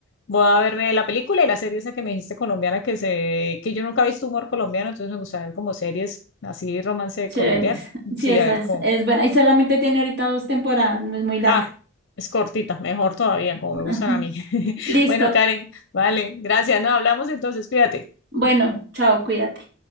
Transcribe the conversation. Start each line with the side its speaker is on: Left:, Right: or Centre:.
Left: voy a verme la película y la serie esa que me dijiste colombiana que se, que yo nunca he visto humor colombiano, entonces me gusta ver como series así romance
Right: Chéveres.
Left: colombiano. Sí,
Right: Sí, esa
Left: a ver
Right: es,
Left: cómo.
Right: es buena. Y solamente tiene ahorita dos temporadas, no es muy larga.
Left: Ah, es cortita, mejor todavía, como me
Right: Ajá.
Left: gustan a mí. <laughs>
Right: Listo.
Left: Bueno, Karen, vale, gracias. No, hablamos entonces, cuídate.
Right: Bueno, chao, cuídate.